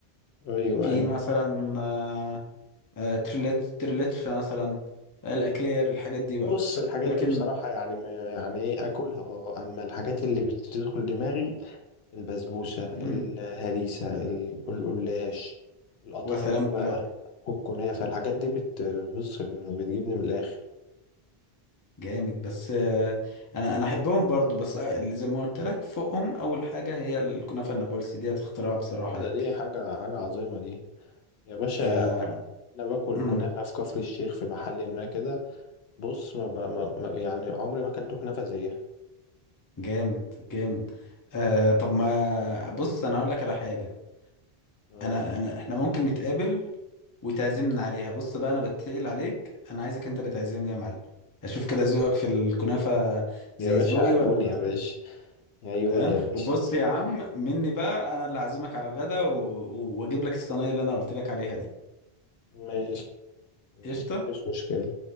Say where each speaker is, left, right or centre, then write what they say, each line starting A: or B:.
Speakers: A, on the left; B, on the left.
A: أيوه
B: في
A: أيوه
B: مثلا آه، آه، تريليت تريليتش مثلا الاكلير الحاجات دي بقى
A: بص الحاجات
B: لكن
A: دي بصراحة يعني ما- يعني إيه أكلها اه أما الحاجات اللي بتدخل دماغي البسبوسة
B: مم،
A: الهريسة ال- القلاش القطايف
B: وسلام
A: بقى
B: لو
A: والكنافة الحاجات دي بت بص بتجيبني من الآخر
B: جامد بس آه، انا انا احبهم برضو بس آه، اللي زي ما قلت لك فوقهم اول حاجه هي الكنافه النابلسي ديت اختراع بصراحه
A: هو ده
B: يعني
A: دي حاجة حاجة عظيمة دي يا باشا
B: آه
A: أنا باكل
B: امم
A: كنافة في كفر الشيخ في محل ما كده بص ما, ب... ما... ما يعني عمري ما أكلت كنافة زيها
B: جامد جامد آه طب ما بص انا اقول لك على حاجه
A: آه.
B: انا انا احنا ممكن نتقابل وتعزمنا عليها بص بقى انا بتقل عليك انا عايزك انت اللي تعزمني يا معلم اشوف كده ذوقك في الكنافه زي
A: يا باشا
B: ذوقي
A: عيوني
B: ولا لا
A: يا باشا عيوني
B: تمام
A: يا باشا
B: وبص يا عم مني بقى انا اللي اعزمك على غدا و- و- واجيب لك الصينيه اللي انا قلت لك عليها دي
A: ماشي ماشي
B: قشطه
A: مش مشكلة